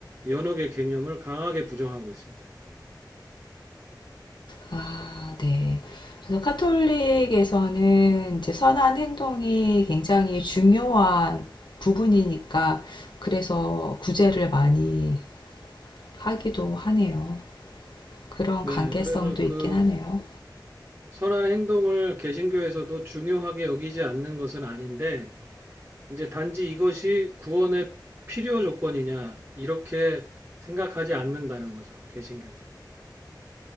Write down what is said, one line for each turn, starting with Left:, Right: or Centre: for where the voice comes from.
Right: 연옥의 개념을 강하게 부정하고 있습니다.
Left: 아, 네. 그래서 카톨릭에서는 이제 선한 행동이 굉장히 중요한 부분이니까 그래서 구제를 많이 하기도 하네요. 그런
Right: 네,
Left: 관계성도
Right: 그래서 그
Left: 있긴 하네요.
Right: 선한 행동을 개신교에서도 중요하게 여기지 않는 것은 아닌데 이제 단지 이것이 구원의 필요 조건이냐 이렇게 생각하지 않는다는 거죠. 개신교는.